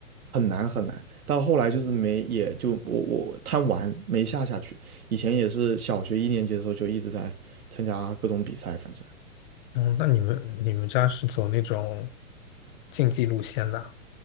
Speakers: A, on the right; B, on the left.
A: 很难很难。到后来就是没，也就我我贪玩没下下去。以前也是小学一年级的时候就一直在参加各种比赛，反正。
B: 嗯，那你们你们家是走那种竞技路线的啊？